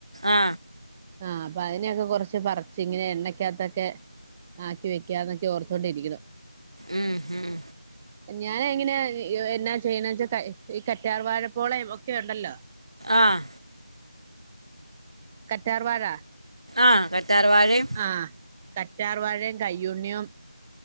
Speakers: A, on the right; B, in the centre.
A: ആ
B: ആഹ് അപ്പൊ അതിനെയൊക്കെ കൊറച്ച് പറിച്ച് ഇങ്ങനെ എണ്ണക്കകത്തൊക്കെ ആക്കി വെക്കാന്നൊക്കെ ഓർത്തോണ്ടിരിക്ക്ണു
A: ഉം, ഉം.
B: ഞാന് എങ്ങനെ എന്നാ ചെയ്യ്ണ വെച്ച ഈ കറ്റാർ വാഴ പോളെ ഒക്കെ ഉണ്ടല്ലൊ
A: ആഹ്
B: കറ്റാർവാഴ
A: ആഹ് കറ്റാർവാഴീം
B: ആഹ് കറ്റാർവാഴീം, കൈയുണ്ണിയും